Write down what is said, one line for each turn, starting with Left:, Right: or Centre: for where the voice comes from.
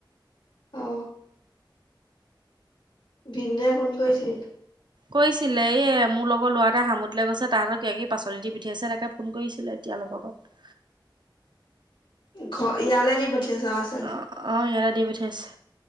Left: অ', ভিন্দোও ফোন কৰিছিল।
Right: কৈছিলে এ মোৰ লগৰ ল'ৰা এটা সামুত লৈ গৈছে। তাহতৰ কিবা কিবি পাচলি দি পিঠিয়াইছে তাকে ফোন কৰিছিলে এতিয়া অলপ আগত।
Left: ঘৰ ইয়াৰে দি পঠিয়াইছে ল'ৰা ছোৱালী।
Right: অ', অ', ইহঁতে দি পঠিয়াইছে